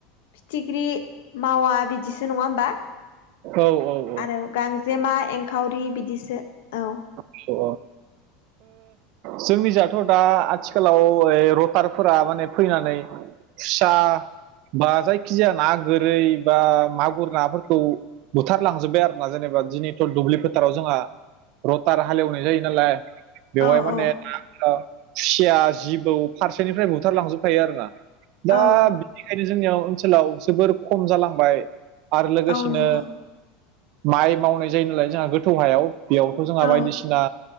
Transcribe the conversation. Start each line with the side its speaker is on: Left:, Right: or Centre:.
Left: फिथिख्रि मावा बिदिसो नङा होमबा
Right: औ औ
Left: आरो गांजेमा एंखावरि बिदिसो औ
Right: ओ जोंनिजाथ' दा आथिखालाव रटारफोरा माने फैनानै खुसा बा जायखिजाया ना गोरै बा मागुर नाफोरखौ बुथारलांजोब्बाय आरोना जेनेबा दिनैथ' दुब्लि फोथाराव जोंहा रथार हालेवनाय जायो नालाय बेवहाय
Left: औ
Right: माने
Left: औ
Right: खुसिया जिबौ फारसेनिफ्राय बुथारलांजोबफायो आरो ना दा
Left: औ
Right: बेनिखायनो जोंनियाव ओनसोलाव जोबोर खम जालांबाय आरो लोगोसेनो
Left: औ नंगौ
Right: माइ मावनाय जायो नालाय जोंहा गोथौ हायाव बेयावथ' जोंहा
Left: औ
Right: बायदिसिना